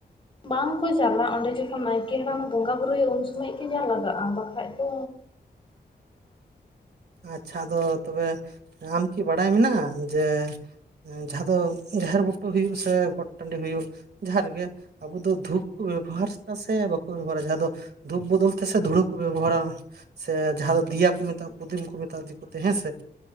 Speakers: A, on the left (about 30°); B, on the right (about 70°).
A: ᱵᱟᱝᱠᱚ ᱪᱟᱞᱞᱟᱼᱟ ᱚᱸᱰᱮ ᱡᱚᱠᱷᱚᱱ ᱱᱟᱭᱠᱮ ᱦᱟᱲᱟᱢᱮ ᱵᱚᱸᱜᱟ ᱵᱩᱨᱩᱭᱟ ᱩᱱ ᱥᱚᱢᱚᱭ ᱜᱮ ᱡᱟ ᱞᱟᱜᱟᱜᱼᱟ ᱵᱟᱠᱷᱟᱡ ᱫᱚ
B: ᱟᱪᱪᱷᱟ ᱟᱫᱚ ᱛᱚᱵᱮ ᱟᱢ ᱠᱤ ᱵᱟᱲᱟᱭ ᱢᱮᱱᱟᱜᱼᱟ ᱡᱮ ᱡᱟᱦᱟᱸ ᱫᱚ ᱡᱟᱦᱮᱨ ᱵᱩᱴᱟᱹ ᱦᱩᱭᱩᱜ ᱥᱮ ᱜᱚᱴ ᱴᱟᱺᱰᱤ ᱦᱩᱭᱩᱜ ᱡᱟᱦᱟᱸ ᱨᱮᱜᱮ ᱟᱵᱚ ᱫᱚ ᱫᱷᱩᱯ ᱠᱚ ᱵᱮᱵᱚᱦᱟᱨᱫᱟ ᱥᱮ ᱵᱟᱠᱚ ᱵᱮᱵᱚᱦᱟᱨᱟ ᱡᱟᱦᱟᱸ ᱫᱚ ᱫᱷᱩᱯ ᱵᱚᱫᱚᱞ ᱛᱮ ᱥᱮ ᱫᱷᱩᱲᱟᱹ ᱠᱚ ᱵᱮᱵᱚᱦᱟᱨᱟ ᱥᱮ ᱡᱟᱦᱟᱸ ᱫᱚ ᱫᱮᱤᱭᱟ ᱠᱚ ᱢᱮᱛᱟᱜ-ᱟ᱾ ᱯᱩᱫᱤᱢ ᱠᱚ ᱢᱮᱛᱟ-ᱟ ᱫᱤᱠᱩᱛᱮ ᱦᱮᱸ ᱥᱮ᱾